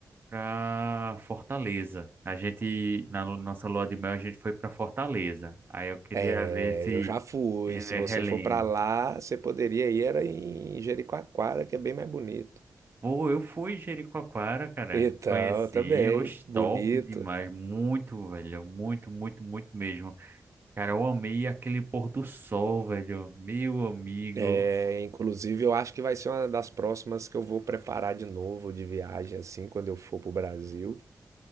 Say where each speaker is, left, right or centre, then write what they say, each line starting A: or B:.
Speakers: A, on the right; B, on the right.
A: para Fortaleza. A gente na lu- nossa lua de mel a gente foi para Fortaleza. Aí eu queria
B: É,
A: ver se
B: eu já fui.
A: eh,
B: Se você
A: relembro.
B: for para lá, você poderia ir era em Jericoacoara, que é bem mais bonito.
A: Pô, eu fui em Jericoacoara, cara.
B: Então,
A: Conheci,
B: também,
A: oxe,
B: bonito.
A: top demais, muito, velho, muito, muito, muito mesmo. Cara, eu amei aquele pôr do sol, velho. Meu amigo.
B: É, inclusive, eu acho que vai ser uma das próximas que eu vou preparar de novo de viagem, assim, quando eu for pro Brasil.